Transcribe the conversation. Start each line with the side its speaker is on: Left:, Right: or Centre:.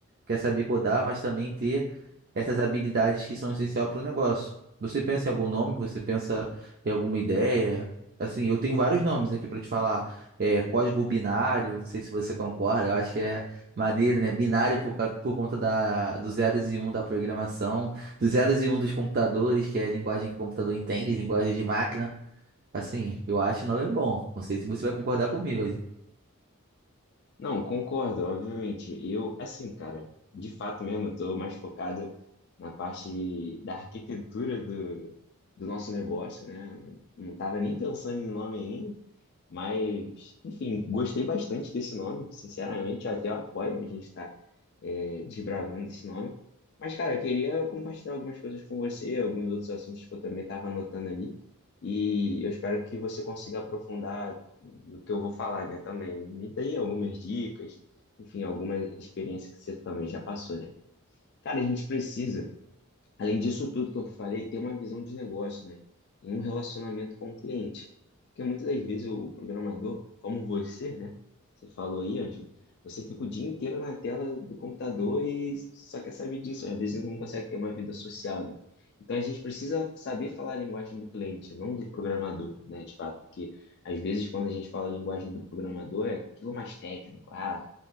Right: que é saber codar, mas também ter essas habilidades que são essenciais para o negócio. Você pensa em algum nome? Você pensa em alguma ideia? Assim, eu tenho vários nomes aqui para te falar. É, código binário, não sei se você concorda, eu acho que é maneiro, né? Binário por, ca- por conta da, dos zeros e um da programação, dos zeros e um dos computadores, que é a linguagem que o computador entende, linguagem de máquina. Assim, eu acho o nome bom. Não sei se você vai concordar comigo.
Left: Não, concordo, obviamente. Eu, assim, cara, de fato mesmo, eu tô mais focado na parte da arquitetura do, do nosso negócio, né? Não tava nem pensando em nome ainda Mas, enfim, gostei bastante desse nome, sinceramente, eu até apoio a gente estar é, desbravando esse nome. Mas, cara, eu queria compartilhar algumas coisas com você, alguns outros assuntos que eu também estava anotando ali, e eu espero que você consiga aprofundar no que eu vou falar, né, também. Me dê algumas dicas, enfim, alguma experiência que você também já passou, né? Cara, a gente precisa Além disso tudo que eu falei, ter uma visão de negócio, né? Em um relacionamento com o cliente. Porque muitas das vezes o programador, como você, né? Você falou aí, Ângelo, você fica o dia inteiro na tela do computador e só quer saber disso. Às vezes não consegue ter uma vida social, né? Então a gente precisa saber falar a linguagem do cliente, não do programador, né? De fato, porque às vezes quando a gente fala a linguagem do programador é aquilo mais técnico, ah,